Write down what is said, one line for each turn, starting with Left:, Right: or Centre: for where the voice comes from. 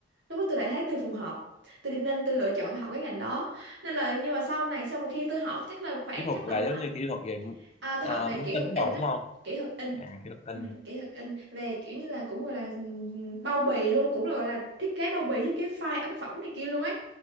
Right: lúc đó tôi lại thấy tôi phù hợp tôi đi nên tôi lựa chọn học cái ngành đó nên là nhưng mà sau này sau mà khi tôi học chắc là khoảng
Left: kỹ thuật
Right: chắc tầm
Left: là giống
Right: khoảng
Left: như kỹ thuật về
Right: à, tôi
Left: ờ,
Right: học về
Left: máy
Right: kỹ
Left: tính
Right: thuật in
Left: rồi
Right: á
Left: đúng không
Right: kỹ thuật in
Left: à kỹ thuật tin
Right: Ừ, kỹ thuật in về kiểu như là cũng gọi là ừm, bao bì luôn cũng là gọi là thiết kế bao bì thiết kế file ấn phẩm này kia luôn ấy